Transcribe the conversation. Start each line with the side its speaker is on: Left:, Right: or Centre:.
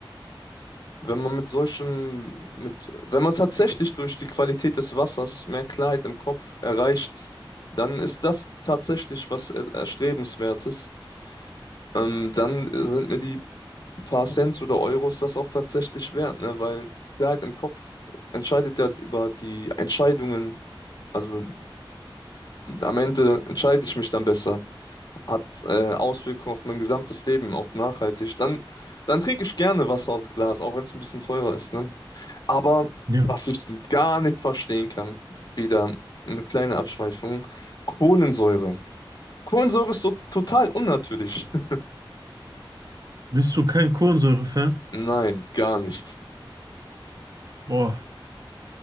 Left: wenn man mit solchen, mit, wenn man tatsächlich durch die Qualität des Wassers mehr Klarheit im Kopf erreicht, dann ist das tatsächlich was er- Erstrebenswertes. Ähm, dann sind mir die paar Cents oder Euros das auch tatsächlich wert, ne? Weil Klarheit im Kopf entscheidet ja über die Entscheidungen. Also am Ende entscheide ich mich dann besser. Hat äh, Auswirkungen auf mein gesamtes Leben, auch nachhaltig. Dann, dann trinke ich gerne Wasser aus Glas, auch wenn es ein bisschen teurer ist, ne? Aber
Right: ja.
Left: was ich gar nicht verstehen kann, wieder eine kleine Abschweifung, Kohlensäure. Kohlensäure ist to total unnatürlich. <laughs>
Right: Bist du kein Kohlensäure-Fan?
Left: Nein, gar nicht.
Right: Boah,